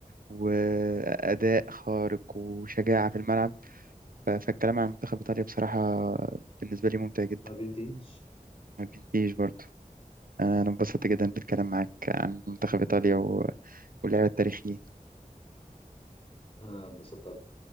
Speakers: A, on the right (about 80°); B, on the left (about 40°).
A: وأداء خارق وشجاعة في الملعب ف- فالكلام عن منتخب إيطاليا بصراحة بالنسبة لي ممتع جدا
B: ما بنتهيش
A: ما بينتهيش برضه انا انبسطت جدا بالكلام معاك عن منتخب ايطاليا و... واللعب التاريخي
B: انا اتبسطت